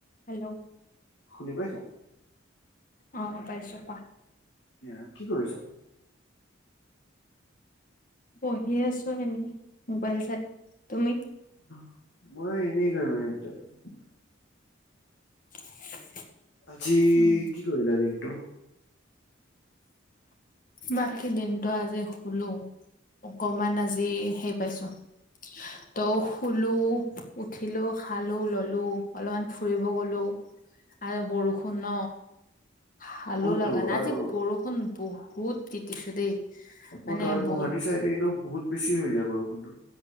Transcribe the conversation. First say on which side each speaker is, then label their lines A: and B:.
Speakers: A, on the left; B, on the left.
A: Hello.
B: শুনি পাইছ?
A: অঁ, পাইছ পা
B: এয়া কি কৰিছ?
A: বহি আছো এনেই মোবাইল চাই, তুমি?
B: <inaudible>
A: <inaudible>
B: আজি
A: উম,
B: কি কৰিলা দিনটো?
A: বাকী দিনটো আজি শুলো, অকমান আজি হেই পাইছো। ত শুলো উঠিলো খালো ল লো অলপমান ফুৰিব গলো আৰু বৰষুণ ন। ভালো
B: অ'
A: লগা
B: তো
A: নাই।
B: আৰু
A: আজি বৰষুণ বহুত তিতিছো দেই মানে
B: অ'
A: ব
B: <inaudible> বহুত বেছি হৈ যায় বৰষুণটো।